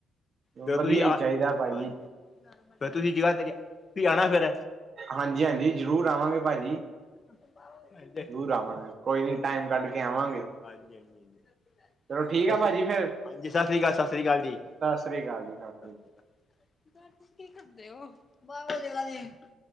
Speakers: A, on the left; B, on the right.
A: ਫਿਰ
B: ਵਧੀਆ
A: ਤੁਸੀਂ ਆ
B: ਹੀ ਚਾਹੀਦਾ ਭਾਜੀ
A: ਹਾਂਜੀ ਫਿਰ ਤੁਸੀਂ ਜ੍ਹਗਾਧਰੀ ਤੁਸੀਂ ਆਣਾ ਫੇਿਰ
B: ਹਾਂਜੀ-ਹਾਂਜੀ ਜ਼ਰੂਰ ਆਵਾਂਗੇ ਪਾਜੀ।
A: <inaudible>
B: ਜ਼ਰੂਰ ਆਵਾਂਗੇ ਕੋਈ ਨੀ ਟਾਈਮ ਕੱਢ ਕੇ ਆਵਾਂਗੇ
A: ਹਾਂਜੀ ਹਾਂਜੀ ਹਾਂਜੀ
B: ਚਲੋ ਠੀਕ ਆ ਭਾਜੀ ਫੇਰ
A: ਹਾਂਜੀ ਸਤਿ ਸ਼੍ਰੀ ਅਕਾਲ ਸਤਿ ਸ਼੍ਰੀ ਅਕਾਲ ਜੀ ਸਤਿ
B: ਸ੍ਰੀ ਅਕਾਲ ਜੀ ਸ੍ਰੀ ਅਕਾਲ
A: ਸ਼੍ਰੀ ਅਕਾਲ ਘ ਤੁਸੀਂ ਕੀ ਕਰਦੇ ਹੋ ਬਾਵਾ ਜਾ ਜ